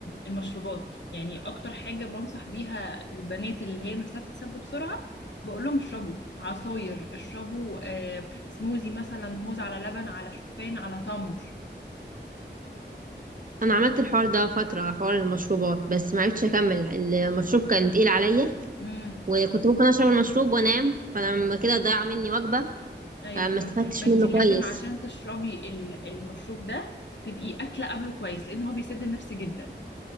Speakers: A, on the left; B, on the right.
A: المشروبات يعني اكتر حاجة بنصح بيها البنات اللي هي نفسها تتسد بسرعة بقول لهم اشربوا عصاير اشربوا آه، سموزي مثلا موز على لبن على شوفان على تمر
B: انا عملت الحوار ده فتره حوار المشروبات بس ما عرفتش اكمل المشروب كان تقيل عليا
A: امم
B: وكنت ممكن اشرب المشروب وانام فلما كده ضاع مني وجبه
A: ايوه
B: فما
A: فاهم
B: استفدتش
A: ما انت
B: منه
A: لازم
B: كويس
A: عشان تشربي ال- المشروب ده تبقي اكله قبله كويس لان هو بيسد النفس جدا